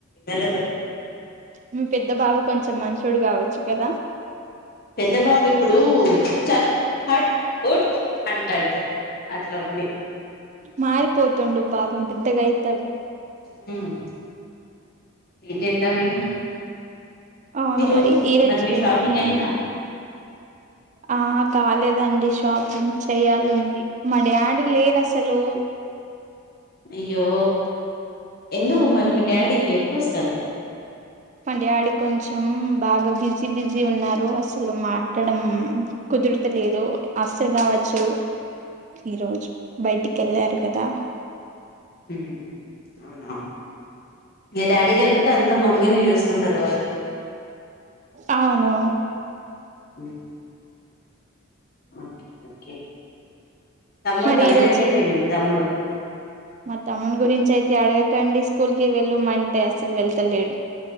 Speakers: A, on the left (about 50°); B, on the right (about 35°).
A: పిల్ల <unintelligible>
B: మీ పెద్ద బాబు కొంచెం మంచి మంచోడు కావచ్చు కదా
A: పెద్ద బాబు ఇప్పుడు చల్ హట్ట్ ఉట్ అంటాండు అ అట్లా ఉంది
B: మారిపోతుండు బాగుండు పెద్దగా అయిత
A: హమ్ ఏం చేదాం ఇంకా
B: అవును
A: మీరు
B: ఈ రోజు
A: మరి మీ షాపింగ్ అయిందా
B: ఆహా కాలేదండి షాపింగ్ చెయ్యాలండి మా డాడీ లేరు అసలు
A: అయ్యో ఎందుకు మరి మీ డాడీ ఎప్పుడోస్తారు
B: మా డాడీ కొంచెం బాగా బిజీ బిజీ ఉన్నారు అసలు మాట్లాడడం కుదరతలేదు అసలు కావచ్చు ఈరోజు బయటికి వెళ్ళారు కదా
A: హమ్ అవునా మీ డాడీ లేకపోతే అంత మ మమ్మి నీ చూసుకుంటారు కాబట్టి
B: అవును
A: హమ్ ఓకే ఓకే తమ్ముడు
B: మరి
A: తమ్ముడు
B: ఈరోజు
A: ఎటూ వెళ్ళిండు తమ్ముడు
B: మా తమ్ముని గురించి అయితే అడగకండి స్కూల్ కి వెళ్ళమ అంటే అసలు వెళ్తలేడు